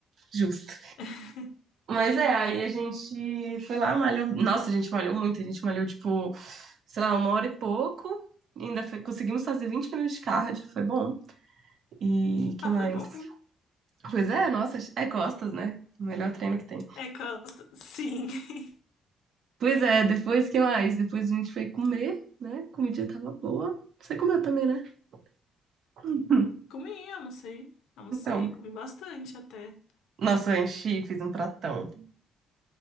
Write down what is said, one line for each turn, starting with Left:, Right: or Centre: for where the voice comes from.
Right: justo.
Left: <laughs>
Right: Mas é, aí a gente foi lá, malhou. Nossa, a gente malhou muito, a gente malhou tipo, sei lá, uma hora e pouco. Ainda foi- conseguimos fazer 20 minutos de cardio, foi bom. E que
Left: Ah,
Right: mais?
Left: foi bom.
Right: Pois é, nossa, é costas, né? O melhor treino que tem.
Left: É costas, sim. <laughs>
Right: Pois é, depois que mais? Depois a gente foi comer, né? A comidinha tava boa. Você comeu também, né? <laughs> Hum.
Left: Comi, almocei. Almocei,
Right: Então,
Left: comi bastante até.
Right: nossa, a gente fez um pratão.